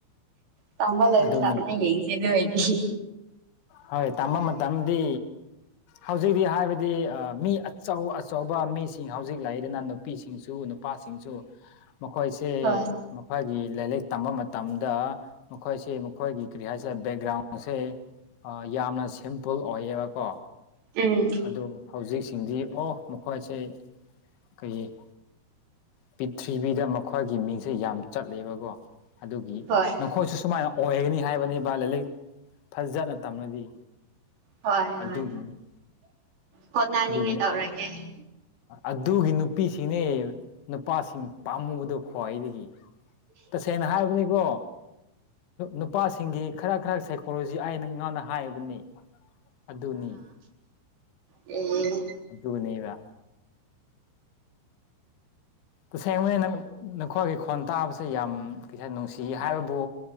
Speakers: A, on the right; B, on the left.
A: ꯇꯝꯕ ꯂꯣꯏꯕ
B: ꯑꯗꯨꯅꯤ
A: ꯇꯝꯅ ꯌꯦꯡꯁꯦ ꯑꯗꯨ ꯑꯣꯏꯗꯤ
B: ꯍꯣꯏ ꯇꯝꯕ ꯃꯇꯝꯗꯤ ꯍꯧꯖꯤꯛꯇꯤ ꯍꯥꯏꯕꯗꯤ ꯃꯤ ꯑꯆꯧ ꯑꯆꯧꯕ ꯃꯤꯁꯤꯡ ꯍꯧꯖꯤꯛ ꯂꯥꯛꯏꯗꯅ ꯅꯨꯄꯤꯁꯤꯡꯁꯨ ꯅꯨꯄꯥꯁꯤꯡꯁꯨ ꯃꯈꯣꯏꯁꯦ
A: ꯍꯣꯏ
B: ꯃꯈꯣꯏꯒꯤ ꯂꯥꯏꯔꯤꯛ ꯇꯝꯕ ꯃꯇꯝꯗ ꯃꯈꯣꯏꯁꯤ ꯃꯈꯣꯏꯒꯤ ꯀꯔꯤ ꯍꯥꯏꯁꯦ ꯕꯦꯛꯒ꯭ꯔꯥꯎꯟꯁꯦ ꯌꯥꯝꯅ ꯁꯤꯝꯄꯜ ꯑꯣꯏꯌꯦꯕꯀꯣ
A: ꯎꯝ
B: ꯑꯗꯨ ꯍꯧꯖꯤꯛꯁꯤꯡꯗꯤ ꯑꯣ ꯃꯈꯣꯏꯁꯦ ꯀꯩ ꯄꯤꯔꯤꯊꯤꯕꯤꯗ ꯃꯈꯣꯏꯒꯤ ꯃꯤꯡꯁꯦ ꯌꯥꯝ ꯆꯠꯂꯦꯕꯀꯣ ꯑꯗꯨꯒꯤ
A: ꯍꯣꯏ
B: ꯅꯈꯣꯏꯁꯨ ꯁꯨꯃꯥꯏꯅ ꯑꯣꯏꯒꯅꯤ ꯍꯥꯏꯕꯅꯦꯕ ꯂꯥꯏꯔꯤꯛ ꯐꯖꯅ ꯇꯝꯂꯗꯤ
A: ꯍꯣꯏ
B: ꯑꯗꯨꯒꯤꯅꯤ
A: ꯍꯣꯏ ꯍꯣꯠꯅꯅꯤꯡꯉꯥꯏ
B: ꯑꯗꯨꯒꯤꯅꯤ
A: ꯇꯧꯔꯒꯦ
B: ꯑꯗꯨꯒꯤ ꯅꯨꯄꯤꯁꯤꯡꯅꯦ ꯅꯨꯄꯥꯁꯤꯡ ꯄꯥꯝꯃꯨꯕꯗꯣ ꯈ꯭ꯋꯥꯏꯗꯒꯤ ꯇꯁꯦꯡꯅ ꯍꯥꯏꯕꯅꯤꯀꯣ ꯅꯨꯄꯥꯁꯤꯡꯒꯤ ꯈꯔ ꯈꯔ ꯁꯥꯏꯀꯣꯂꯣꯖꯤ ꯑꯩꯅꯉꯅ ꯍꯥꯏꯕꯅꯤ ꯑꯗꯨꯅꯤ
A: ꯎ
B: ꯑꯗꯨꯠꯇꯅꯕ ꯇꯁꯉꯩꯅ ꯅꯈꯣꯏꯒꯤ ꯈꯣꯟ ꯇꯥꯕꯁꯦ ꯌꯥꯝ ꯀꯩꯁꯥ ꯅꯨꯡꯁꯤ ꯍꯥꯏꯕꯕꯨ